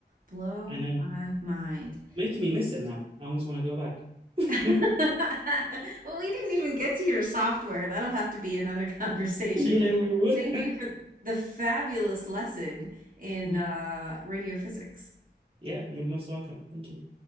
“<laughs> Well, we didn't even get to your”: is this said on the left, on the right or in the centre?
Right